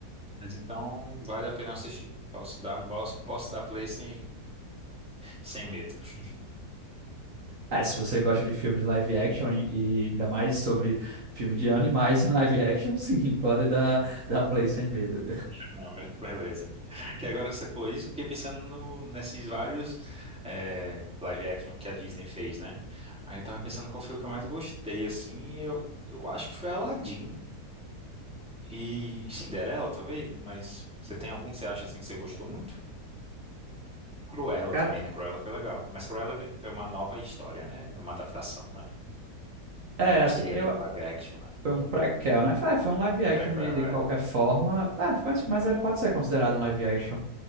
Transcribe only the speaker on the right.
É, se você gosta de filmes live action e, e ainda mais sobre filmes de animais <laughs> em live action, sim, pode dar, dar play sem medo.
<laughs>
Cara,
é,
assim,
eu.
Foi um prequel, né? Foi, é, foi um live
action
de, de
qualquer forma. É, mas mas
é, pode ser considerado um live action.